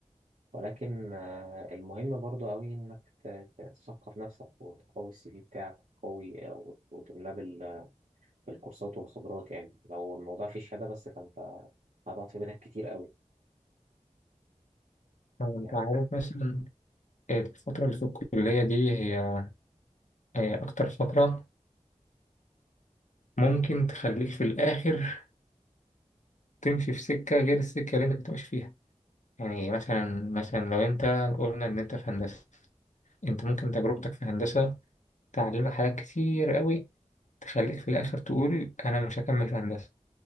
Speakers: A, on the right (about 70°); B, on the left (about 70°).
A: ولكن آه، المهم برضو أوي إنك ت- تثقف نفسك وتقوي السي في بتاعك وتقوي آه، وت- وتملاه بال- بالكورسات والخبرات يعني لو الموضوع فيه شهادة بس فأنت هتقعد في بيتك كتير أوي
B: أنت
A: يعني
B: عارف مثلا آه، الفترة اللي في الكلية دي هي آه، أكتر فترة ممكن تخليك في الآخر تمشي في سكة غير السكة اللي أنت كنت ماشي فيها يعني مثلا مثلا لو أنت قلنا إن أنت في هندسة أنت ممكن تجربتك في هندسة تعلمك حاجات كتير قوي تخليك في الآخر تقول أنا مش هكمل في هندسة